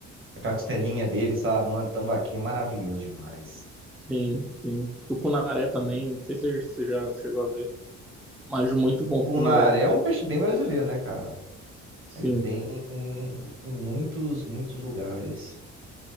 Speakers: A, on the right; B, in the centre.
A: aquela costelinha dele, sabe? Mano, tambaqui é maravilhoso demais.
B: sim, sim. Tucunaré também. Não sei se você já chegou a ver, mas muito bom
A: Cunaré
B: Tucunaré.
A: é um peixe bem brasileiro, né, cara?
B: Sim,
A: Ele tem em, em muitos, muitos lugares.